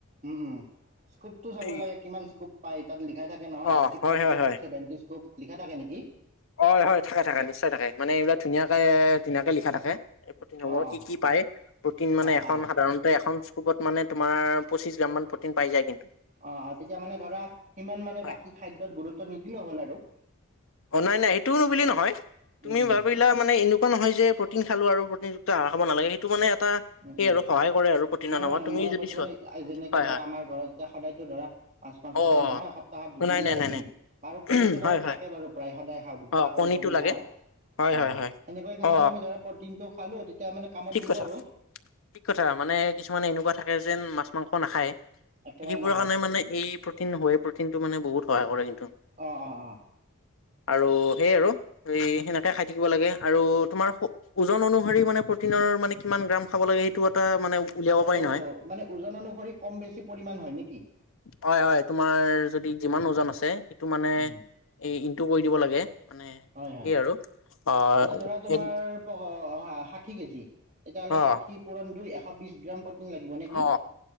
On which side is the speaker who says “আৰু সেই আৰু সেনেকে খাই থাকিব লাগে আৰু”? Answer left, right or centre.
Left